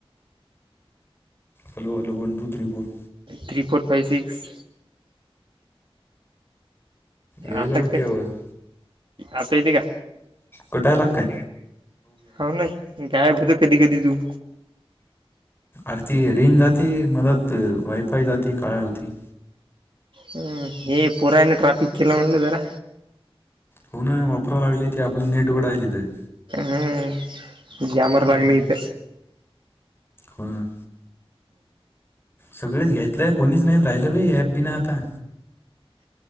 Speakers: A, on the left (about 20°); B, on the right (about 55°).
A: hello one two three four.
B: Three four five six
A: यायला
B: आताक्
A: वाटते
B: त
A: आवाज
B: आता येती का?
A: कटायला काय
B: हो ना गायब होत कधी कधी तू.
A: अर ती रिंग जाते मदत वायफाय जाते काय होती
B: हम् हे पुराने ट्राफिक केलं म्हटलं जरा
A: फोन वापराला लागली त आपलं नेट वडा आहिली तर
B: ह गॅमर
A: हम्म,
B: लागलीथ
A: हो ना. सगळेच घेतल्या कोणीच नाही राहिलं बी हेॲप बी नाही आता